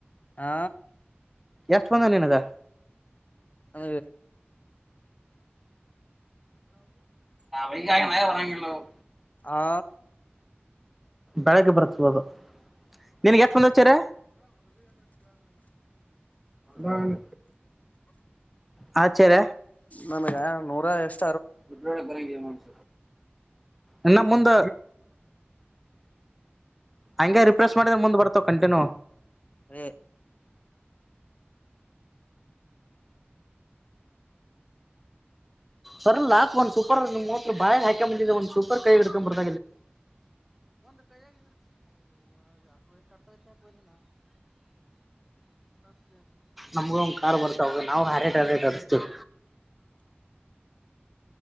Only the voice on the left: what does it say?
ಆ,,
ಅ
ಆ
ನನಗ ನೂರ ಎಷ್
ಹ